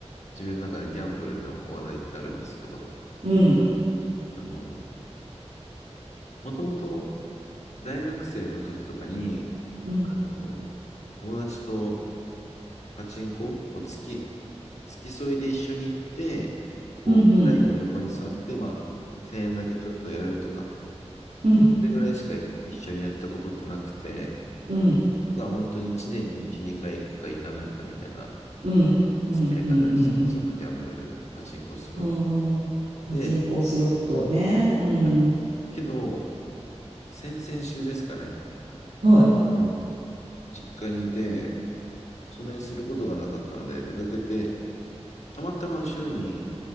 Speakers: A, on the left (about 75°); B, on the right (about 80°).
A: 自分の中でギャンブルの話題ってあるんですけど、
B: うん
A: あの、もともと大学生の時とかに、
B: うん
A: あの、友達とパチンコ、こう月、付き添いで一緒に行って、こう、
B: うんうん
A: 台の横に座って、まあ、1円だけちょっとやるとか、
B: うん
A: それぐらいしか一緒にやったことってなくて、
B: うんうん
A: だから本当に1年に1、2回行くか行かないかみたいな
B: うんうんうんうんうんうん
A: 付き合い方ですね。そのギャンブル、パチンコスロット。
B: うんパチンコスロットねうん
A: で、はい。けど、先々週ですかね、
B: はい
A: あの、実家にいて、そんなにすることがなかったので、出かけて、たまたま後ろに